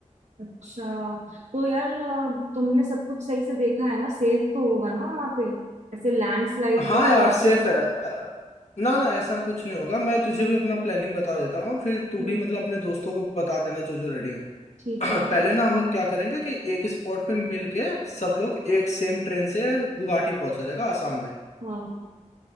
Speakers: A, on the right; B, on the left.
A: अच्छा तो यार अ, तुमने सब कुछ सही से देखा है ना सेफ तो होगा ना वहाँ पे ऐसे लैंडस्लाइड
B: हाँ
A: का
B: यार
A: या
B: सेफ
A: फिर
B: है अ, ना ना ऐसा कुछ नहीं होगा मैं तुझे भी अपना प्लानिंग बता देता हूँ फिर तू
A: हम्म
B: भी मतलब अपने दोस्तों को बता देना जो जो रेडी है <clears throat>
A: ठीक है
B: पहले ना हम लोग क्या करेंगे कि एक स्पॉट पे मिलके सब लोग एक सेम ट्रेन से गुवाहाटी पहुंचा जाएगा आसाम में
A: हाँ